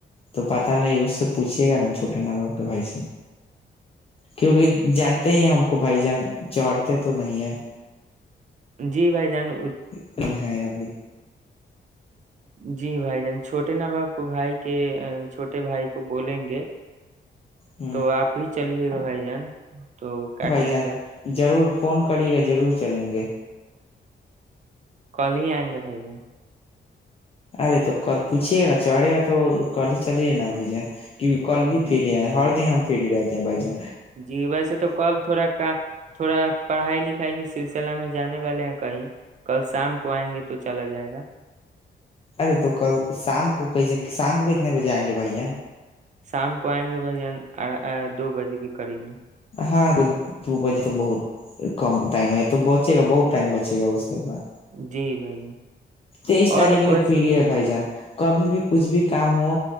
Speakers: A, on the left; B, on the right.
A: تو پت نہیں اس سے پوچھیے گا نا چھوٹا ناں باپ کے بھائی سے کیونکہ جانتے ہی ہم کو بھائی جان چڑتے تو نہیں ہے
B: جی بھائی جانو
A: ایکٹل ہے ابھی
B: جی بھائی جان چھوٹے نا باپ کو بھائی کے چھوٹے بھائی کو بولیں گے
A: ہ
B: تو آپ ہی چلیے گا بھائی جان تو کاٹیے
A: بھائی جان
B: گا
A: ضرور فون کریے گا ضرور چلیں گے
B: کل ہی آئیں گے بھائی جن
A: ارے تو کل پوچھیے گا نا چڑھے گا تو کل ہی چلیے نا بھائی جان کل
B: جان
A: بھی فری آ
B: جی
A: ہر دن ہم فری رہے بائ جے
B: جی ویسے تو کل تھوڑا کا تھوڑا پڑھائی ل سلسلہ میں جانے والے کہیں کل شام کو آئیں گے تو چلا جائے گا
A: ارے تو کل شام کو کیسے شام کو کتنے بجے آئیں گے بھائی
B: شام کو آئیں گے بھائی دو بجے کے قریب میں
A: ہاں تو دو بجے تو بہت کم ٹائم ہے تو بچے گا بہت ٹائم بچے گا اس کے بعد
B: جی بھائی
A: تیئیس
B: اور
A: تاریخ
B: ویسے
A: لے فریی ہے بائی جان کبھی بھی کچھ بھی کام ہو